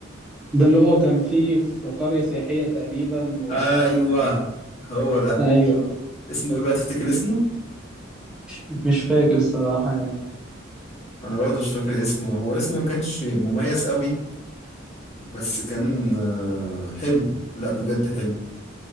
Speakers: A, in the centre; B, on the left.
A: ده اللي هو كان فيه في قريه سياحيه تقريبا وكان
B: أيوه
A: آه،
B: هو ده
A: ايوه
B: اسمه إيه بقى تفتكر
A: مش
B: اسمه؟
A: مش فاكر صراحه يعني
B: أنا برضه مش فاكر اسمه هو اسمه ما كانش مميز أوي بس كان آه حلو لا بجد حلو